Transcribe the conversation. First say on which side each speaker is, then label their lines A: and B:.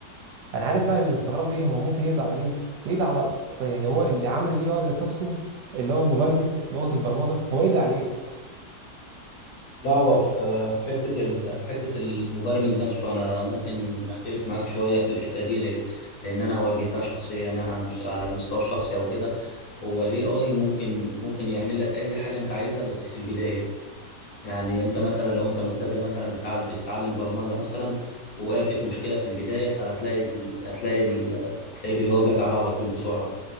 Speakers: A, on the right; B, on the left.
A: انا عارف بقى اللي مستغربه ايه هو ممكن يقضي على مين يقضي على يعني هو اللي عمل الاي اي ذات نفسه اللي هو المبرمج لغه البرمجه هو يقضي عليه
B: لا هو في في حتة ال... في حتة المبرمج نفسه أنا ممكن أختلف معاك شوية في الحتة دي ليه؟ لأن أنا واجهتها شخصيا يعني على المش... على المستوى الشخصي أو كده هو ال AI ممكن ممكن يعمل لك أي حاجة أنت عايزها بس في البداية يعني أنت مثلا لو أنت مبتدئ مثلا بتعال... بتتعلم برمجة مثلا وقعت في مشكلة في البداية فهتلاقي ال... هتلاقي ال... هتلاقيه بيجاوب لك عليها على طول بسرعة